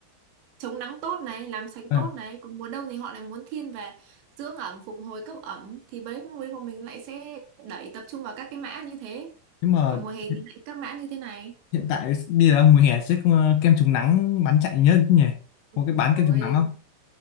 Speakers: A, on the right; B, on the left.
A: chống nắng tốt này làm sạch
B: ờ
A: tốt này còn mùa đông thì họ lại muốn thiên về dưỡng ẩm phục hồi cấp ẩm thì bấy lúc ấy bọn mình lại sẽ đẩy tập trung vào các cái mã như thế
B: nhưng mà
A: còn mùa hè
B: hiện
A: thì lại các mã như thế này
B: hiện tại bây giờ đang mùa hè chứ ờ, kem chống nắng bán chạy nhất nhỉ
A: Ừ,
B: có cái bán
A: rồi
B: kem chống nắng không